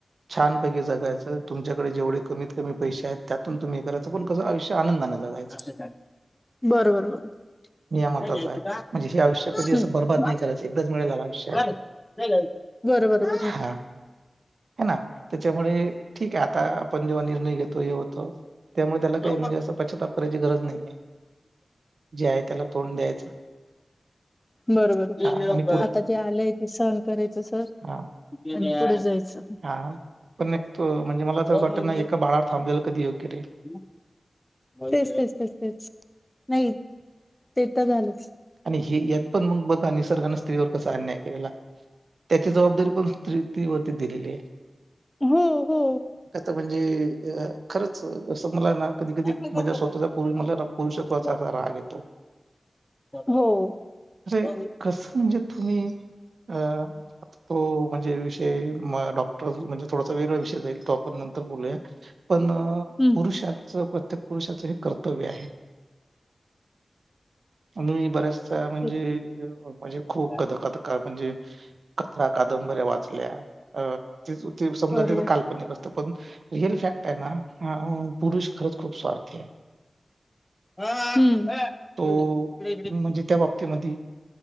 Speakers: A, on the right (about 80°); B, on the left (about 15°).
A: छानपैकी जगायच तुमच्याकडे जेवढे कमीत कमी पैसे आहेत त्यातून तुम्ही हे करायच पण कस आयुष्य आनंदाने जगायच.
B: हो. बरोबर बरोबर
A: या मताचा
B: नाही घ्यायचं
A: आहे,
B: का?
A: म्हणजे हे आयुष्य कधी अस
B: हं.
A: बर्बाद
B: हा,
A: नाही करायच. एकदाच मिळालेल आयुष्य आहे.
B: चालेल. बरोबर बरोबर
A: हां हां ना त्याच्यामुळे ठीक आहे आता आपण जेव्हा निर्णय घेतो हे होतो. त्यामुळे त्याला
B: जाऊ
A: काही म्हणजे
B: मग.
A: अस पश्चाताप करायची गरज नाही जे आहे त्याला तोंड द्यायचं
B: बरोबर
A: हा आणि
B: आता जे आलय ते सहण करायच सर.
A: हां
B: पुढे जायच.
A: हा पण एक तो म्हणजे मला अस वाटत
B: मग
A: ना
B: मी.
A: एका बाळावर थांबलेल कधी योग्य राहिल.
B: हं? तेच तेच तेच तेच नाही ते तर झालच.
A: आणि हे यात पण मग बघा निसर्गाने स्त्रीवर कसा अन्याय केलेला त्याची जबाबदारी पण स्त्री वरती दिलेली आहे.
B: हो हो
A: त्या आता म्हणजे खरच अस मला ना कधी कधी
B: नाटकं करतो
A: माझ्या स्वतःच्या पूर्वी मला पुरुषत्वाचा
B: का?
A: असा राग येतो.
B: हो
A: अरे
B: जाऊ मी.
A: कस म्हणजे तुम्ही अ तो म्हणजे विषय डॉक्टर
B: हं?
A: म्हणजे थोडासा वेगळा विषय जाईल तो आपण नंतर बोलूया. पण
B: हं,
A: पुरुषांच प्रत्येक पुरुषाच हे कर्तव्य आहे. मी बऱ्याच म्हणजे
B: तेच.
A: म्हणजे खूप
B: काय?
A: <unintelligible> म्हणजे कथा, कादंबऱ्या वाचल्या समजा ते समजा
B: बरोबर.
A: काल्पनिक असत. पण रिअल फॅक्ट आहे ना पुरुष खरच खूप स्वार्थी आहे.
B: हम्म.
A: तो म्हणजे त्या बाबतीमध्ये